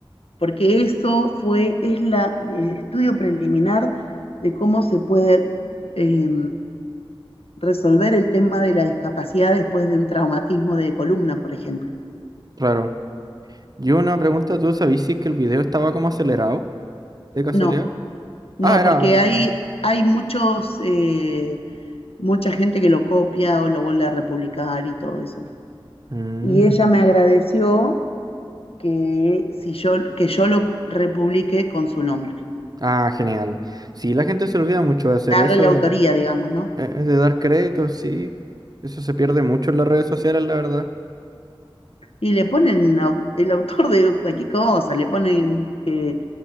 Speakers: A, on the left; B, on the right.
A: porque eso fue, es la, el estudio preliminar de cómo se puede eh, resolver el tema de la discapacidad después de un traumatismo de columna, por ejemplo.
B: Claro. Yo una pregunta, ¿tú sabías si es que el video estaba como acelerado? de casualidad.
A: No, no,
B: Ah, era...
A: porque hay, hay muchos, eh, mucha gente que lo copia o lo vuelve a republicar y todo eso, ¿viste?
B: Mm.
A: y ella me agradeció que, si yo, que yo lo republique con su nombre,
B: Ah, genial. Sí, la gente se olvida mucho de hacer
A: darle
B: eso,
A: la autoría, digamos, ¿no?
B: eh, eh, de dar créditos, sí. Eso se pierde mucho en las redes sociales, la verdad.
A: Y le ponen au- el autor de cualquier cosa, le ponen que